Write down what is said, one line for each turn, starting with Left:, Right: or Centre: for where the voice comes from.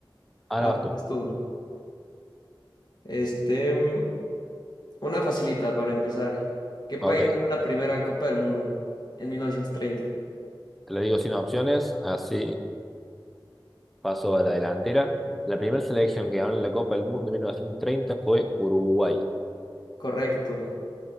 Centre: ahora
Left: Ah,
Centre: vas tú.
Left: pues tú. Este, mm, una facilita para empezar. ¿Qué país
Centre: Ok,
Left: ganó la primera Copa del Mundo? En 1930?
Centre: te lo digo sin opciones, así paso a la delantera. La primera selección que ganó la Copa del Mundo en 1930 fue Uruguay.
Left: Correcto.